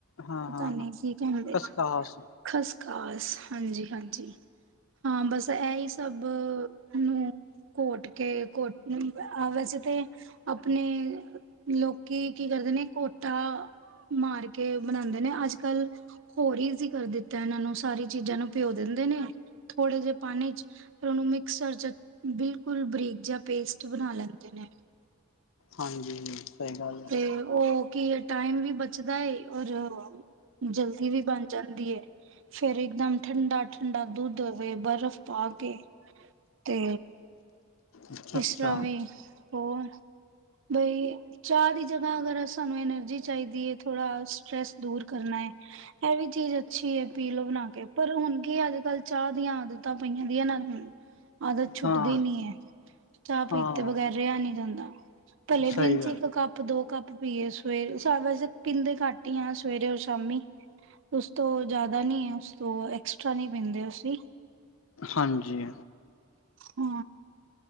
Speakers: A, on the left; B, on the right.
A: ਹਾਂ
B: ਪਤਾ
A: ਹਾਂ
B: ਨੇ
A: ਹਾਂ
B: ਕੀ ਕੈਂਦੇ,
A: ਕਸਕਾਸ
B: ਖਸਖਾਸ ਹਾਂਜੀ, ਹਾਂਜੀ। ਹਾਂ, ਬਸ ਐਈ ਸਬ ਨੂੰ ਘੋਟ ਕੇ ਕੋਟ ਨੀ ਅ ਵੈਸੇ ਤੇ ਅਪਨੇ ਲੋਕੀ ਕੀ ਕਰਦੇ ਨੇ ਕੋਠਾ ਮਾਰ ਕੇ ਬਨਾਂਦੇ ਨੇ ਅਜ-ਕਲ, ਹੋਰ ਈਜੀ਼ ਕਰ ਦਿੱਤਾ ਐਨਾਂ ਨੂੰ, ਸਾਰੀ ਚੀਜਾਂ ਨੂੰ ਭਿਓ ਦੇਂਦੇ ਨੇ, ਥੋੜੇ ਜੇ ਪਾਨੀ ਚ ਫਿਰ ਓਨੂੰ ਮਿਕਸਰ ਚ ਬਿਲਕੁਲ ਬਰੀਕ ਜਹਾ ਪੇਸਟ ਬਣਾ ਲੈਂਦੇ ਨੇ।
A: ਹਾਂਜੀ। ਗੱਲ ਹੈ
B: ਤੇ ਓ ਕੀ ਟਾਈਮ ਵੀ ਬਚਦਾ ਏ ਔਰ ਜਲਦੀ ਵੀ ਬਣ ਜਾਂਦੀ ਏ ਫੇਰ ਇੱਕਦਮ ਠੰਡਾ-ਠੰਡਾ ਦੁੱਧ ਹੋਵੇ ਬਰਫ਼ ਪਾ ਕੇ ਤੇ
A: ਅੱਛਾ ਅੱਛਾ
B: ਇਸਰ੍ਹਾਂ ਵੀ ਹੋਰ ਬਈ ਚਾਹ ਦੀ ਜਗ੍ਹਾ ਅਗਰ ਸਾਨੂੰ ਇਹਨੇ ਚਾਹੀਦੀ ਹੈ ਥੋੜਾ ਸਟ੍ਰੈਸ ਦੂਰ ਕਰਨਾ ਏ ਵੀ ਚੀਜ਼ ਅੱਛੀ ਏ ਪੀ ਲੋੋ ਬਣਾ ਕੇ। ਪਰ ਹੁਣ ਕੀ ਅੱਜ-ਕੱਲ੍ਹ ਚਾਹ ਦੀਆਂ ਆਦਤਾਂ ਪਈਆਂ ਦੀਆਂ ਨਾਲ ਹੁ ਆਦਤ ਛੁੱਟਦੀ
A: ਹਾਂ
B: ਨੀ ਏ ਚਾਹ ਪੀਤੇ
A: ਹਾਂ
B: ਬਗੈਰ ਰਿਹਾ ਨੀ ਜਾਂਦਾ ਭਲੇ ਦਿਨ
A: ਸਹੀ
B: ਚ
A: ਗੱਲ
B: ਕੱਪ ਦੋ ਕੱਪ ਪੀਏ ਸਵੇਰ ਸ ਵੈਸੇ ਪੀਂਦੇ ਘੱਟ ਹੀ ਆ ਸਵੇਰੇ ਰ ਸ਼ਾਮੀ। ਉਸ ਤੋਂ ਜਿਆਦਾ ਨੀ ਉਸ ਤੋਂ ਐਕਸਟਰਾ ਨੀ ਪੀਦੇ ਅਸੀ।
A: ਹਾਂਜੀ
B: ਹੂੰ